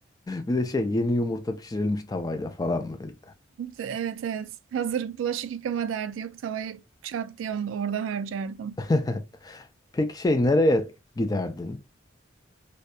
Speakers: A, on the left; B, on the right.
A: Bir de şey yeni yumurta pişirilmiş tavayla falan böyle.
B: Evet evet. Hazır bulaşık yıkama derdi yok. Tavayı çat diye onu orada harcardım.
A: <laughs> Peki şey nereye giderdin?